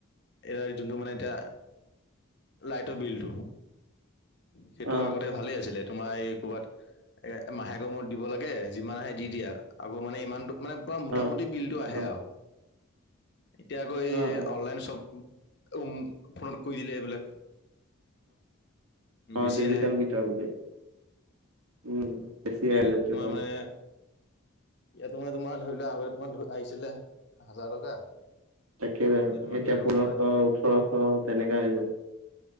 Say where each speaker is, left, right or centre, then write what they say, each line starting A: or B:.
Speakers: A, on the left; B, on the right.
A: এয়া যোনটো মানে এতিয়া- লাইটৰ বিলটো, সেইটো
B: অ',
A: আগতে ভালেই আছিলে তোমাৰ এই- ক'ৰবাত এ মাহেকৰ মূৰত দিব লাগে যিমান আহে দি দিয়ে, আকৌ মানে ইমানটো- মানে পুৰা মোটামুটি
B: অ',
A: বিলটো আহে
B: অ',
A: আও, এতিয়া আকৌ এই
B: অ', অ',
A: অনলাইন শ্বপ- উম ফোনত কৰি দিলে এইবিলাক।
B: অঁ'
A: বেছি
B: ডিজিটেল
A: আহে
B: মিটাৰ বুলি উম বেছি
A: সেইকাৰণে
B: আহে তাৰপিছত
A: তোমাৰ
B: হয়।
A: মানে এতিয়া তোমাৰ তোমাৰ ধৰি লোৱা আগতে তোমাৰ আহিছিলে এহাজাৰ টকা।
B: তাকে,
A: তোমাৰ
B: এতিয়া
A: তেৰশ
B: পোন্ধৰশ
A: মান আহে
B: ওঠৰশ তেনেকা আহি যাই।